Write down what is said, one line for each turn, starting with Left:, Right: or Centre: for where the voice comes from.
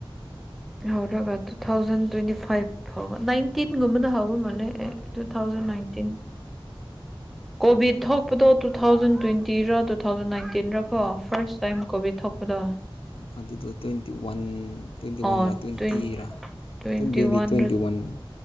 Centre: ꯍꯧꯔꯒ ꯇꯨ ꯊꯥꯎꯖꯟ ꯇ꯭ꯋꯦꯟꯇꯤ ꯐꯥꯏꯚ ꯅꯟꯇꯤꯟꯒꯨꯝꯕꯅ ꯍꯥꯎ ꯃꯥꯦ ꯇꯨ ꯊꯥꯎꯖꯟ ꯅꯥꯏꯟꯇꯤꯟ ꯀꯣꯚꯤꯠ ꯊꯣꯛꯄꯗꯣ ꯇꯨ ꯊꯥꯎꯖꯟ ꯇ꯭ꯋꯦꯟꯇꯤꯔꯥ ꯇꯨ ꯊꯥꯎꯖꯟ ꯅꯥꯏꯟꯇꯤꯟꯔ ꯀꯣ ꯐꯥꯔꯁ ꯇꯥꯏꯝ ꯀꯣꯕꯤ ꯊꯄꯗ
Left: ꯑꯗꯨꯗꯣ ꯇ꯭ꯋꯦꯟꯇꯤ ꯋꯥꯟ ꯇ꯭ꯋꯦꯟꯇꯤ ꯋꯥꯟꯔ
Centre: ꯑꯣ
Left: ꯇ꯭ꯋꯦꯟꯇꯤꯔ
Centre: ꯇ꯭ꯋꯦꯟ ꯇ꯭ꯋꯦꯟꯇꯤ
Left: ꯕꯦꯕꯤ
Centre: ꯋꯥꯟ
Left: ꯇ꯭ꯋꯦꯟꯇꯤ ꯋꯥꯟ